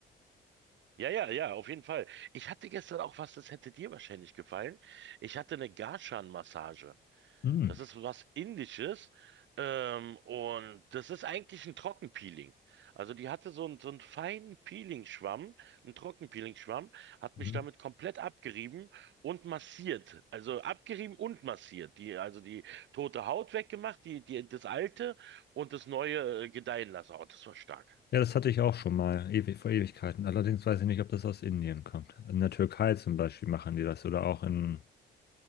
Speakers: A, on the right; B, on the left.
A: Ja, ja, ja, auf jeden Fall. Ich hatte gestern auch was, das hätte dir wahrscheinlich gefallen. Ich hatte eine Garshan-Massage.
B: Hm.
A: Das ist was Indisches. Ähm, und das ist eigentlich ein Trockenpeeling. Also die hatte so einen, so einen feinen Peeling-Schwamm, einen Trockenpeeling-Schwamm, hat
B: mhm.
A: mich damit komplett abgerieben und massiert. Also abgerieben und massiert. Die, also die tote Haut weggemacht, die, die, das alte und das neue äh, gedeihen lassen. Oh, das war stark.
B: Ja, das hatte ich auch schon mal, ewi vor Ewigkeiten. Allerdings weiß ich nicht, ob das aus Indien kommt. In der Türkei zum Beispiel machen die das oder auch in